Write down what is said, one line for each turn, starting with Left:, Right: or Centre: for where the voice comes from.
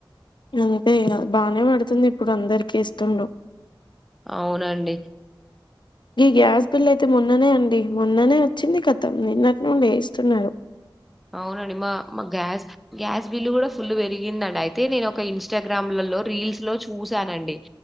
Left: అంతే ఇగ బానే పడుతుంది ఇప్పుడు అందరికిీ ఇఏస్తుండు
Centre: అవునండి
Left: ఈ గ్యాస్ బిల్ అయితే మొన్ననే అండి మొన్ననే వచ్చింది కతం నిన్నక్క నుండి ఏ ఇస్తున్నారు
Centre: అవునండి మా మ గ్యాస్ గ్యాస్ బిల్ కూడా ఫుల్ పెరిగిందండి అయితే నేను ఒక ఇన్స్టాగ్రామ్లలో రీల్స్ లో చూసానండి